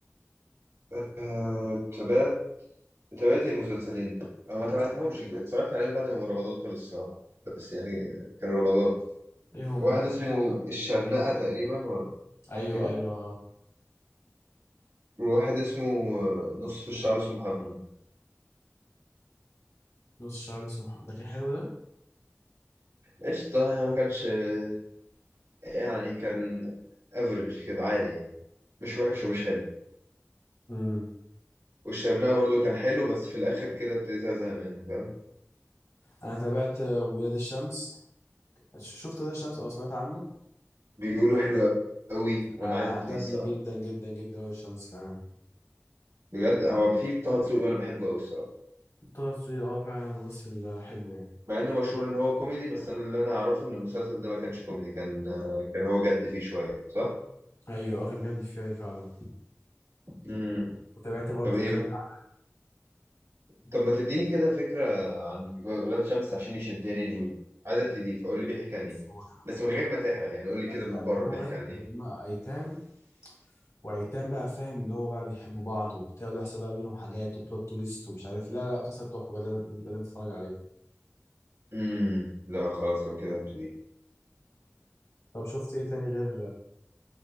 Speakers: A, on the right; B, on the left.
A: أه... تابعت تابعت المسلسلين او ما تابعتهمش اتفرجت عليهم بعد ما رمضان خلص الصراحه بس يعني كان رمضان
B: ايه هم
A: واحد اسمه الشرنقة تقريبا ولا
B: ايوه
A: حاجه كده
B: ايوه
A: وواحد اسمه آه، نص الشعب اسمه محمد
B: نص الشعب اسمه محمد ده كان حلو ده
A: قشطة يعني ما كانش آه، يعني كان افريج كده عادي يعني مش وحش ومش حلو
B: امم
A: والشرنقة برضو كان حلو بس في الاخر كده ابتديت ازهق منه فاهم
B: انا تابعت آه، ولاد الشمس ش- شفت ولاد الشمس او سمعت عنه
A: بيقولوا حلو قوي
B: انا
A: وانا عايز ابتدي
B: عجبني
A: الصراحه
B: جدا جدا جدا ولاد الشمس فعلا
A: بجد هو في طه دسوقي وانا بحبه قوي الصراحه
B: طه دسوقي اه فعلا ممثل آه، حلو يعني
A: مع انه مشهور ان هو كوميدي بس انا اللي انا اعرفه ان المسلسل ده ما كانش كوميدي كان كان هو جد فيه شويه صح
B: ايوه اه كان جامد فيها فعلا
A: امم
B: وتابعت برضو
A: طب ايه
B: كامل
A: بقى
B: عرف
A: طب ما تديني كده فكره عن ولاد شمس عشان يشدني ليه عايز ابتدي فقول لي بيحكي عن ايه
B: هو كان حمار.
A: بس من غير ما تحرق يعني قول لي كده
B: ايوه
A: من
B: ايوه
A: بره
B: هم
A: بيحكي
B: ولاد
A: عن ايه
B: اللي هم ايتام وايتام بقى فاهم اللي هو بقى بيحبوا بعض وبتاع وبيحصل بقى بينهم حاجات وبلوت تويست ومش عارف إيه. لا لا مسلسل تحفه بجد، لازم لازم تتفرج عليه
A: امم لا خلاص لو كده هبتدي
B: طب شفت ايه تاني غير